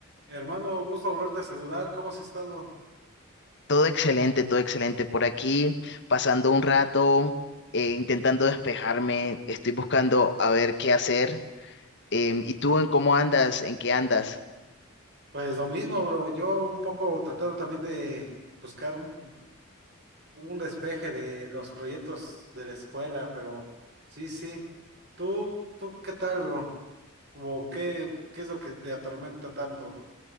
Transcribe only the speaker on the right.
Hermano, gusto volverte a saludar. ¿Cómo has estado?
Pues lo mismo, bro. Yo un poco tratando también de buscar un, un despeje de los proyectos de la escuela, pero sí, sí. ¿Tú, tú qué tal, bro? ¿O qué, qué es lo que te atormenta tanto?